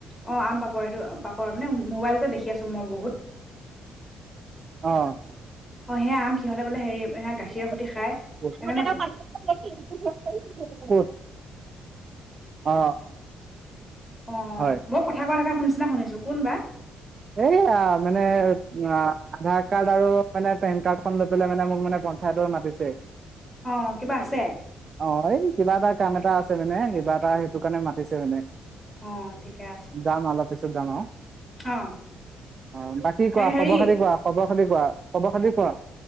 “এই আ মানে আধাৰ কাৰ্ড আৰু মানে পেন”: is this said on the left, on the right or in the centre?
Right